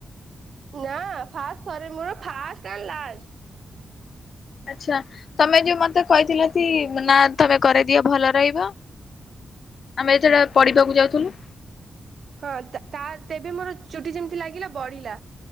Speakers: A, on the right (about 60°); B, on the left (about 60°).
A: ନା ଫାଷ୍ଟ ଥରେ ମୋର ଫାଷ୍ଟ ଏଣ୍ଡ ଲାଷ୍
B: ଆଚ୍ଛା ତୋମେ ଯୋଉ ମୋତେ କହିଥିଲ କି ନା ତୋମେ କରେଇଦିଅ ଭଲ ରହିବ। ଆମେ ଏଥର ପଡିବାକୁ ଯାଉଥୁଲୁ
A: ହଁ ତା ତା ତେବେ ମୋର ଚୁଟି ଯେମତି ଲାଗିଲା ବଢିଲା।